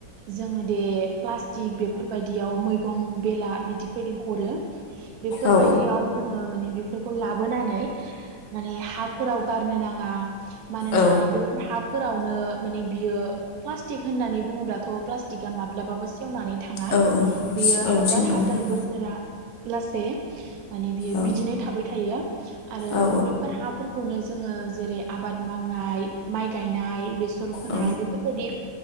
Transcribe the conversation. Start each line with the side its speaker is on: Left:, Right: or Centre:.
Right: जोङो दे प्ला टिग बेफोरबायदियाव मैगं बेला बिदि बेबादि हरो बेफोरबायदियाव
Left: औ
Right: जोङो माने बेफोरखौ लाबोनानै माने हाफोराव गारनो ना ङा मानोना
Left: औ
Right: बेफोर हा फोरावनो माने बियो प्लास्टिक होननानै बुङोब्लाथ' प्लास्टिका माब्लाबाबो सेेवनानै थाङा
Left: औ
Right: बियो
Left: औ
Right: हाजार
Left: सेवनानै
Right: हाजार
Left: थां
Right: बोसोरा लासे माने बियो
Left: औ
Right: बिदिनो थाबाय थायो आरो
Left: औ
Right: बेफोर हाफोर खौनो जोङो जेरै आबाद मावनाय माइ गायनाय बेसर फोनाय
Left: औ
Right: बेफोरबायदि